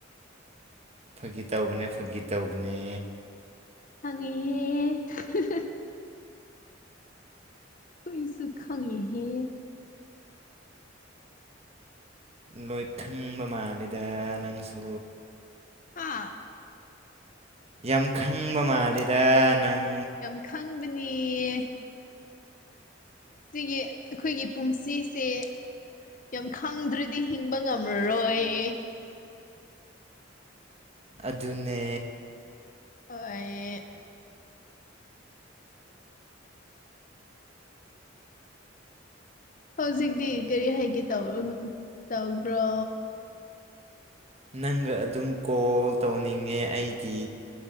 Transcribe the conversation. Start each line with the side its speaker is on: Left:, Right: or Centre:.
Right: ꯐꯥꯒꯤ ꯇꯧꯕꯅꯦ ꯐꯥꯒꯤ ꯇꯧꯕꯅꯦ
Left: ꯈꯪꯉꯦꯍꯦ <unintelligible> ꯈꯣꯏꯁꯨ ꯈꯪꯉꯤꯍꯦ
Right: ꯂꯣꯏꯊꯪꯕ ꯃꯥꯜꯂꯤꯗ ꯅꯪꯁꯨ
Left: ꯍꯥꯥ
Right: ꯌꯥꯝ ꯈꯪꯕ ꯃꯥꯜꯂꯤꯗ ꯅꯪ
Left: ꯌꯥꯝ ꯈꯪꯕꯅꯤꯌꯦ ꯁꯤꯒꯤ ꯑꯩꯈꯣꯏꯒꯤ ꯄꯨꯡꯁꯤꯁꯦ ꯌꯥꯝ ꯈꯪꯗ꯭ꯔꯥꯗꯤ ꯍꯤꯡꯕ ꯉꯝꯃꯔꯣꯏ
Right: ꯑꯗꯨꯅꯦ
Left: ꯍꯣꯏ ꯍꯧꯖꯤꯛꯇꯤ ꯀꯔꯤ ꯍꯥꯏꯒꯦ ꯇꯧ ꯎꯝ ꯇꯧꯕ꯭ꯔꯣ
Right: ꯅꯪꯒ ꯑꯗꯨꯝ ꯀꯣꯜ ꯇꯧꯅꯤꯡꯉꯦ ꯑꯩꯗꯤ